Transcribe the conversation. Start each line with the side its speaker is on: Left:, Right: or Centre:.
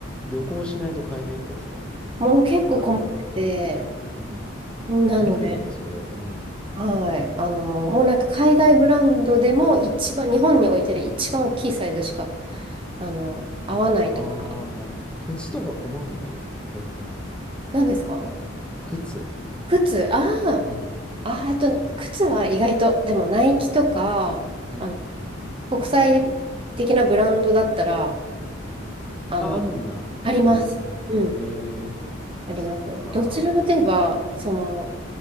Centre: 旅行しないと買えないってやつ。
Right: もう結構困ってて、
Centre: あるいは、うん。
Right: なので、
Centre: 困るよね、それ。うん。
Right: はい。あの、もうなんか海外ブランドでも一番、日本に置いてる一番大きいサイズしか、あの、合わないとか。
Centre: ああ、なる。靴とか困んないとっても。
Right: 何ですか
Centre: 靴。
Right: 靴、ああ、
Centre: うん。
Right: あー、えっと、靴は意外と、でもナイキとか、
Centre: うん。
Right: あの、国際的なブランドだったら、
Centre: うん。
Right: あの、
Centre: あ、あるんだ。
Right: あります。
Centre: え
Right: うん。
Centre: ー、えー、
Right: ありますよ。
Centre: そっか。
Right: どちらかといえば、その、